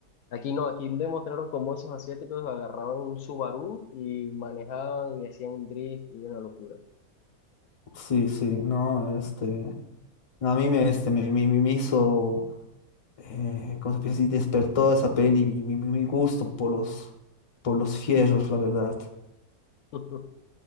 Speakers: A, on the left; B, on the left.
A: Aquí no, aquí demostraron cómo esos asiáticos agarraban un Subaru y manejaban y hacían un drift y una locura.
B: Sí, sí, no, este, no, a mí me, este, me, me, me- me hizo, eh, ¿cómo se puede decir? Despertó esa peli, mi, mi, mi gusto por los, por los fierros, la verdad.
A: <laughs>